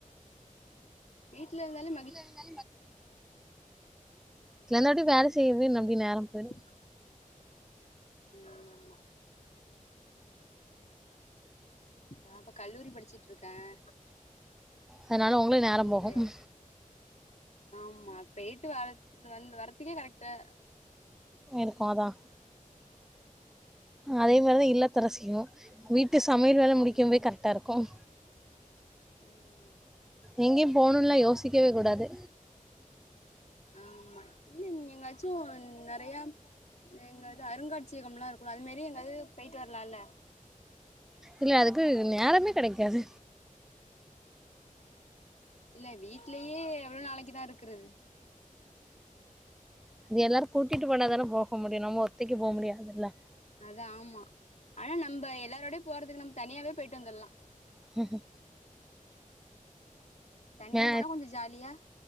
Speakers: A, on the left; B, in the centre.
A: வீட்ல இருந்தாலும்
B: வீட்ல இருந்தா அப்படியே வேல செய்யுது அப்படியே நேரம் போயிடும்
A: உம் ஆமா நன் இப்ப கல்லூரி படிச்ட்டு இருக்கேன்
B: அதனால உங்களு நேரோ
A: இந்த
B: போகு
A: ஆமா போயிட்டு வர வந்து வர்றதுக்கே கரெக்டா
B: இருக்கும் அதான் அதே மாரிதான் இல்லத்தரசியூ வீட்டு சமையல் வேல முடிக்கும்
A: ம்
B: போ கரெக்டா இருக்கும்
A: உம்
B: எங்கயும் போணும்ல்லாம் யோசிக்கவே கூடாது
A: ஆமா இல்ல நீங்க எங்காச் சோ நெறைய எங்கது அருங்காட்சியகம் லாம் இருக்கும் அது மாரி எங்காவது போயிட்டு வரலாம்ல
B: இல்ல அதுக்கு நேரமே கெடைக்காது
A: இல்ல வீட்லயே எவ்வளவு நாளைக்குதான் இருக்றது
B: அது எல்லாரு கூட்டிட்டு போனாதான போக முடியு நம்ம ஒத்தைக்கு போமுடியாதுல்ல
A: அத ஆமா ஆனா நம்ம எல்லாரோடயு போறதுக்கு நம்ம தனியாவே பொய்ட்டு வந்துல்லா
B: ம்
A: தனியா
B: மே
A: போனா கொஞ்சோ ஜாலியா